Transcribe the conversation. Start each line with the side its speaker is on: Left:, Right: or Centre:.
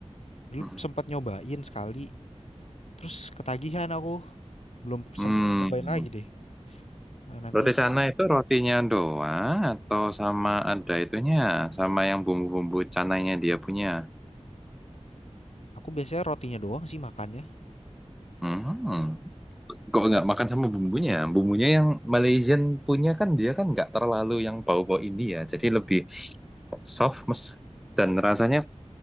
Left: dulu
Centre: Mm-mm.
Left: sempat nyobain sekali, terus ketagihan aku. Belum
Centre: Hmm.
Left: sempat nyobain lagi deh. Nah, nanti
Centre: Roti canai itu rotinya doang atau sama ada itunya, sama yang bumbu-bumbu canainya dia punya.
Left: aku biasanya rotinya doang sih makannya.
Centre: Hmm. Kok nggak makan sama bumbunya? Bumbunya yang Malaysian punya kan dia kan nggak terlalu yang bau-bau India, jadi lebih soft mes dan rasanya